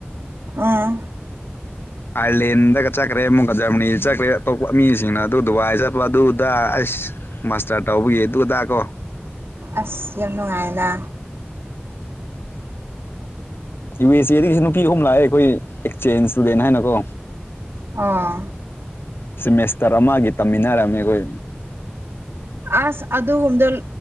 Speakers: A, on the right (about 80°); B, on the left (about 65°).
A: ꯑꯥ
B: ꯑꯥꯢꯂꯦꯟꯗꯒ ꯆꯠ ꯆꯠꯈ꯭ꯔꯦ ꯑꯃꯨꯛꯀ ꯖꯔꯃꯅꯤ ꯆꯠꯈ꯭ꯔꯦ ꯑꯇꯣꯞꯄ ꯃꯤꯁꯤꯡꯅ ꯑꯗꯨ ꯗꯨꯕꯥꯏ ꯆꯠꯄ ꯑꯗꯨꯗ ꯑꯁ ꯃꯥꯁꯇꯥꯔ ꯇꯧꯕꯒꯤ ꯑꯗꯨꯗꯥ ꯀꯣ
A: ꯑꯁ ꯌꯥꯝ ꯅꯨꯡꯉꯥꯏꯅ
B: ꯌꯨ ꯑꯦꯁ ꯑꯦꯗꯒꯤꯁꯨ ꯅꯨꯄꯤ ꯑꯍꯨꯝ ꯂꯥꯛꯑꯦ ꯑꯩꯈꯣꯏ ꯑꯦꯛꯆꯦꯟꯖ ꯁꯇꯨꯗꯦꯟ ꯍꯥꯏꯅ ꯀꯣ
A: ꯑꯥ
B: ꯁꯤꯃꯦꯁꯇꯔ ꯑꯃꯒꯤ ꯇꯝꯃꯤꯟꯅꯔꯝꯃꯦ ꯑꯩꯈꯣꯏ
A: ꯑꯁ ꯑꯗꯨꯒꯨꯝꯕꯗꯣ